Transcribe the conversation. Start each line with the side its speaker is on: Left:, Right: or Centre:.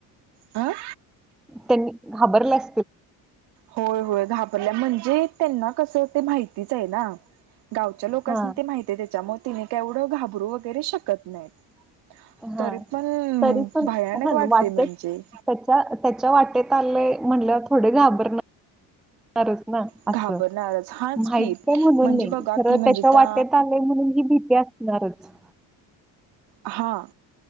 Right: आं
Centre: त्यांनी घाबरल्यात.
Right: होय होय घाबरल्या म्हणजे त्यांना कसं ते माहितीच आहे ना. गावच्या लोकांसनी
Centre: हा
Right: ते माहितीय त्याच्यामुळे त्यानी काय येवढं घाबरू वगैरे शकत नाहीत.
Centre: हा
Right: तरी पण
Centre: तरी पण
Right: भयानक
Centre: ह
Right: वाटते
Centre: वाटेत
Right: म्हणजे
Centre: त्याच्या त्याच्या वाटेत आले. म्हणलं थोडे घाबरनार असणारच ना
Right: घाबरणारच
Centre: असं,
Right: हाच
Centre: माहित
Right: की
Centre: हाय म्हणून
Right: म्हणजे
Centre: नाही
Right: बघा
Centre: खर
Right: की म्हणजे
Centre: त्याच्या
Right: त्या
Centre: वाटेत आलंय म्हणून ही भीती. भीती असणारच.
Right: हा